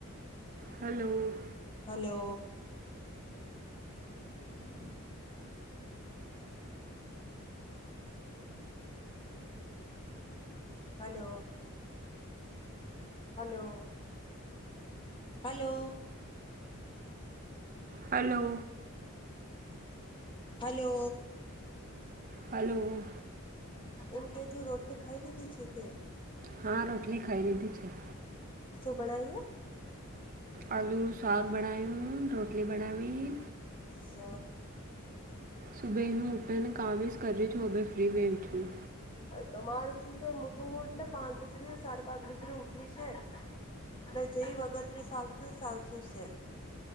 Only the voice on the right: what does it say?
hello
hello
hello.
હા, રોટલી ખાઈ લીધી છે.
આળુ સાોગ બનાાયું, રોટલી બનાવી
સુબૈનું ઉટન, કાવ્યસ કર છું, હવે ફ્રી વેવ છુ.